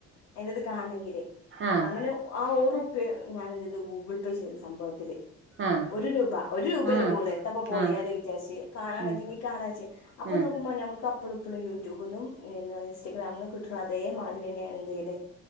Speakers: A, on the left; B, on the right.
A: അതിന്റെത് കാണണെങ്കില്
B: ആഹ്
A: അങ്ങനെ ആ ഓറുപ്യ ഞാന് എന്ത് ചെയ്തു ഗൂഗിൾ പേ ചെയ്ത് സംഭവത്തില്.
B: ആഹ്
A: ഒരു രൂപ ഒരു രൂപല്ലേ
B: ആഹ്
A: പോണേ എത്തപ്പൊ പോയാല്
B: ആഹ്
A: വിചാരിച്ച് കാണാൻ
B: ഉം
A: കജുവെങ്കി കാണാവെച്ച് അപ്പൊ
B: ആഹ്
A: നോക്കുമ്പൊ ഞമ്മക്ക് അപ്പളും ഇപ്പളും യൂടൂബിന്നും ഇൻസ്റ്റാഗ്രാമിന്നും കിട്ട്ണെ അതേ മാതിരിന്നെണ് എന്തെയ്യല്.